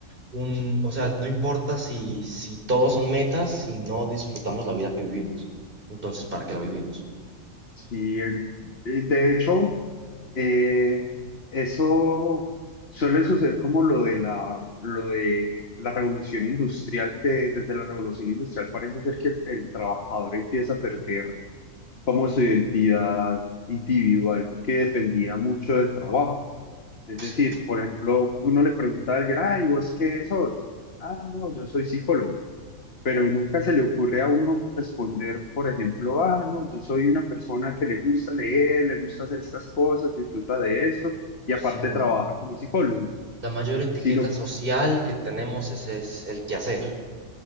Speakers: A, on the right; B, on the left.
A: Un, o sea, no importa si, si todos son metas, si no disfrutamos la vida que vivimos. Entonces, ¿para qué la vivimos?
B: sí. eh, De hecho, eh, eso suele suceder como lo de la, lo de la revolución industrial, que desde la revolución industrial parece ser que el el trabajador empieza a perder como su identidad individual que dependía mucho del trabajo. Es
A: Sí,
B: decir, por ejemplo, uno le pregunta a alguien, ay, ¿vos qué sos? Ah, no, yo soy psicólogo. Pero nunca se le ocurre a uno responder, por ejemplo, ah, no, yo soy una persona que le gusta leer, le gusta hacer estas cosas, disfruta de esto y
A: sí,
B: aparte
A: no.
B: trabaja como psicólogo.
A: La mayor etiqueta
B: Sino,
A: social que tenemos es, es el quehacer.